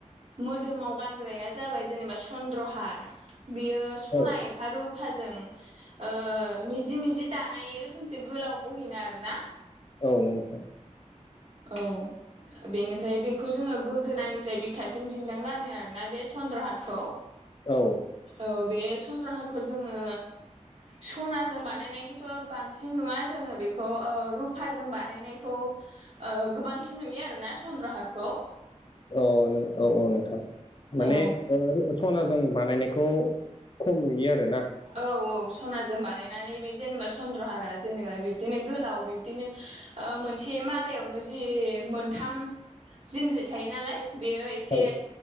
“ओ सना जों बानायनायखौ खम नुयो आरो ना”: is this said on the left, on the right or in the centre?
Left